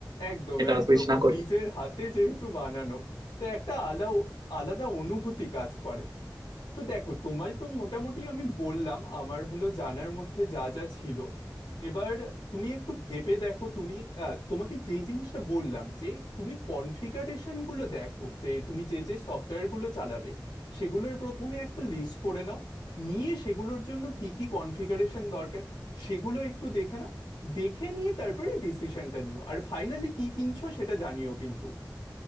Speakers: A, on the left; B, on the right.
A: একদম
B: এটা
A: একদম
B: সুইচ না করি
A: নিজের হাতে যেহেতু বানানো তো একটা আলাদা আলাদা অনুভূতি কাজ করে তো দেখো তোমায় তো মোটামুটি আমি বললাম আমার হলো জানার মধ্যে যা যা ছিল এবার তুমি একটু ভেবে দেখো তুমি আহ, তোমাকে যেই জিনিসটা বললাম যে তুমি কনফিগারেশন গুলো দেখো যে তুমি যে যে সফটওয়্যার গুলো চালাবে সেগুলোর প্রথমে একটা লিস্ট করে নাও নিয়ে সেগুলোর জন্য কি কি কনফিগারেশন দরকার সেগুলো একটু দেখে নাও দেখে নিয়ে তারপরে ডিসিশনটা নিও আর ফাইনালি কি কিনছো সেটা জানিও কিন্তু